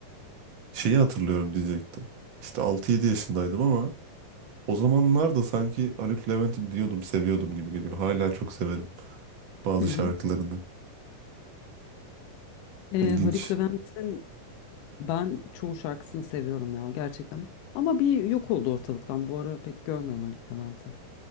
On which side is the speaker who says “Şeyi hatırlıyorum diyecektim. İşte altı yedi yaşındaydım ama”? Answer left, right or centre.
Right